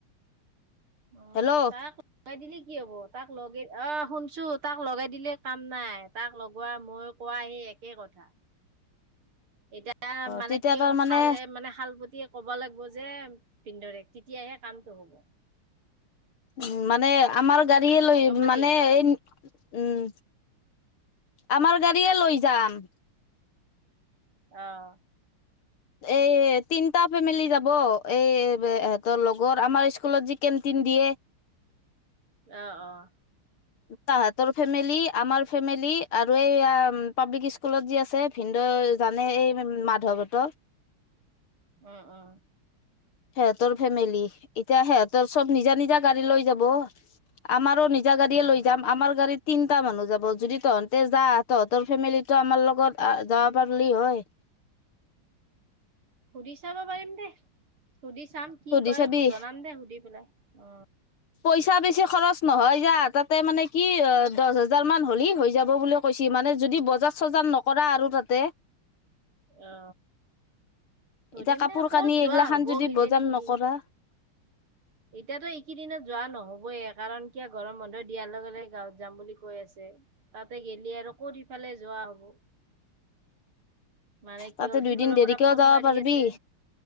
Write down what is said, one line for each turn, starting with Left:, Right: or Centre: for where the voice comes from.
Right: উম
Left: হেল্ল' অ
Right: তাক লগাই দিলি কি হ'ব তাক লগে অ শুনছো তাক লগাই দিলে কাম নাই তাক লগোৱা মই কোৱা সি একে কথা এতিয়া মানে
Left: তেতিয়া
Right: কি
Left: তাৰ
Right: হ'ল
Left: মানে
Right: শাল মানে শাল ব ক'ব লাগিব যে পিন্ধৰে তেতিয়াহে কামটো হ'ব
Left: উম মানে আমাৰ গাড়ীয়ে লৈ
Right: গম পালি
Left: মানে এই উম আমাৰ গাৰিয়ে লৈ যাম
Right: আহ
Left: এই তিনটা ফেমিলি যাব এইহতৰ লগৰ আমাৰ স্কুলত যি কেট তে দিয়ে
Right: আহ আহ
Left: তাহৰ ফেমিলি আমাৰ ফেমিলি আৰু এই পাব্লিক স্কুলত য ভিন্দ জানে এই মাধৱত
Right: অ অ
Left: সিহঁতৰ ফেমিলি এতিয়া সিহঁতৰ চব নিজা নিজা গাড়ী লৈ যাব আমাৰো নিজা গাড়ীয়ে
Right: উম
Left: লৈ যাম আম গাড়ী তিনিটা মানুহ যাব যদি তহঁ ততে যা তহঁতৰ ফেমিলিটো আমাৰ লগত যাব পাৰলি হয়
Right: উৰি চাব পাৰিম দে সুধি চাম কি
Left: সুধি
Right: কয়
Left: চাবি
Right: জনাম দে সুধি পেলাই অ
Left: পইচা বেছি খৰচ নহয় যা তাতে মানে কি দহ হোজাৰ মান হ'লি হৈ যাব বুলি ক কৈছ মানে যদি বজাৰ চজাৰ নকৰা আৰু তাতে
Right: অ সুধিম
Left: এতিয়া কাপোৰ
Right: দে ক'ত
Left: কানি
Right: যোৱা
Left: এইগিলাখান
Right: হ'ব
Left: যদি
Right: কিজানি
Left: বজাৰ নকৰা
Right: এতিয়াতো এইকেইদিনত যোৱা নহবয়ে কাৰণ কিয় গৰম বন্ধ দিয়াৰ লগে লগে গাঁৱত যাম বুলি কৈ আছে তাতে গেলি আৰু কত সফালে যোৱা হব মানে কি
Left: তাতে
Right: হল
Left: দুইদিন
Right: সিফালৰ
Left: দেৰিকেও
Right: পৰা ফোন
Left: যাব
Right: মাৰি
Left: পাৰিবি
Right: আছে